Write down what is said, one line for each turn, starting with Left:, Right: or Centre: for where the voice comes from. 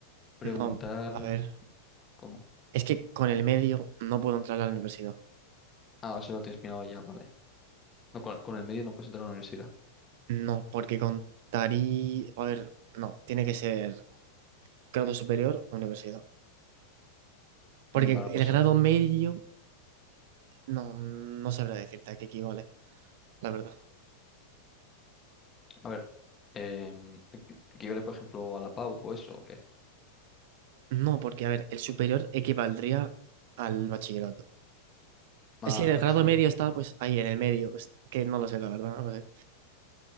Left: preguntar,
Right: No, a ver,
Left: ¿cómo?
Right: es que con el medio no puedo entrar a la universidad.
Left: Ah, eso lo tienes mirado ya, vale. No, con, con el medio no puedes entrar a la universidad.
Right: No, porque contaría, a ver, no, tiene que ser grado superior o universidad. Porque
Left: Mm, Vale,
Right: el
Left: pues
Right: grado
Left: en-
Right: medio, no, no sabrá decirte a qué equivale, la verdad.
Left: a ver, em, que yo le, por ejemplo a la PAU o eso o qué.
Right: No, porque, a ver, el superior equivaldría al bachillerato.
Left: Mal,
Right: Es que el
Left: bachiller.
Right: grado medio está pues ahí en el medio. Es que no lo sé, la verdad. no lo sé.